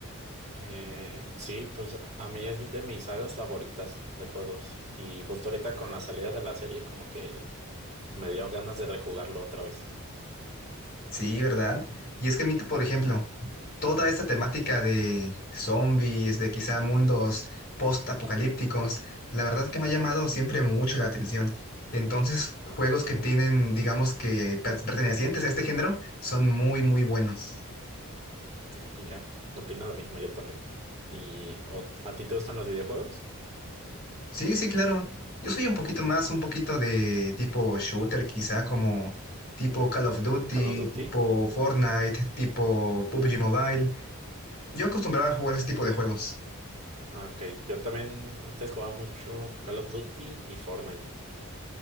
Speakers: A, on the right; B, on the left.
A: Eh, sí, pues a mí es de mis sagas favoritas de juegos. Y justo ahorita con la salida de la serie, como que me dieron ganas de rejugarlo otra vez.
B: Sí, ¿verdad? Y es que a mí, por ejemplo, toda esta temática de zombies, de quizá mundos post-apocalípticos, la
A: Claro.
B: verdad que me ha llamado siempre mucho la atención. Entonces, juegos que tienen, digamos que per- pertenecientes a este género, son muy, muy buenos.
A: Sí, y ya. Opino lo mismo yo también. ¿Y o- a ti te gustan los videojuegos?
B: Sí, sí, claro. Yo soy un
A: Como
B: poquito más, un poquito de tipo shooter, quizá como tipo Call of Duty,
A: Call of Duty.
B: tipo Fortnite, tipo PUBG Mobile. Yo acostumbraba a jugar ese tipo de juegos.
A: Ah, ok. Yo también antes jugaba mucho Call of Duty y Fortnite.